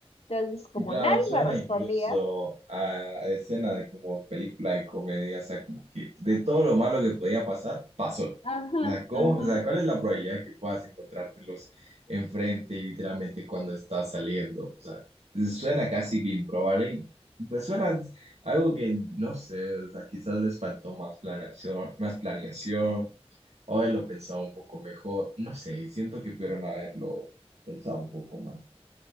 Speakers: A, on the left; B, on the right.
A: Entonces, como
B: Claro,
A: nadie
B: suena
A: me respondía,
B: incluso a escena de como película de comedia, o sea, como que de todo lo malo que podía pasar, pasó.
A: Ajá,
B: O sea, ¿cómo?
A: ajá.
B: O sea, ¿cuál es la probabilidad de que puedas encontrártelos enfrente y literalmente cuando estás saliendo? O sea, suena casi que improbable y pues suena algo que no sé, o sea, quizás les faltó más planeación, más planeación, o haberlo pensado un poco mejor, no sé, siento que pudieron haberlo pensado un poco más.